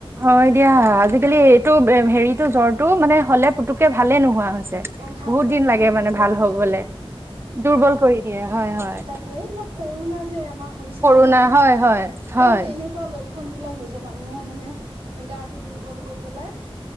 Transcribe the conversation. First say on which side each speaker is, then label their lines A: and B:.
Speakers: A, on the right; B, on the right.
A: হয় দিয়া,
B: তাকে
A: আজিকালি এইটো হেৰিতো জ্বৰটো মানে হলে পুতুকে ভালে নোহোৱা হৈছে।
B: অ' ভাল
A: বহুত
B: নহয়
A: দিন
B: মানুহ
A: লাগে
B: দুৰ্বল
A: মানে ভাল
B: কৰি
A: হবলে,
B: দিয়ে
A: দুৰ্বল কৰি দিয়ে। হয় হয়।
B: তাকেই এই তোমাৰ কৰোণা যে এবাৰ হৈছিলে
A: কৰোণা
B: ন,
A: হয় হয় হয়
B: এই তেনেকুৱা লক্ষ ক্ষন বিলাক হৈছে। মানুহৰ মানে গাটো দুৰ্বল কৰি পেলাই।